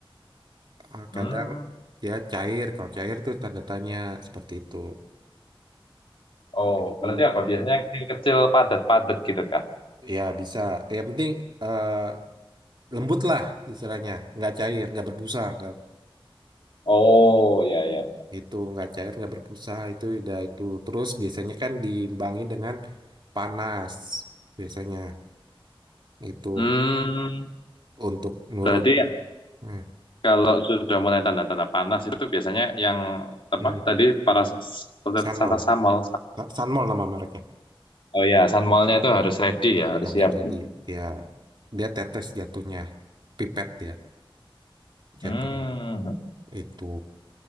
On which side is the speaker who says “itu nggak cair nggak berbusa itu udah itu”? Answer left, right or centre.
Right